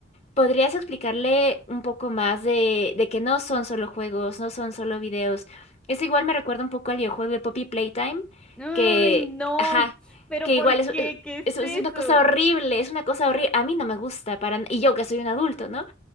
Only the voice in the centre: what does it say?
Ay,
no,
pero
¿por
qué? ¿Qué es
eso?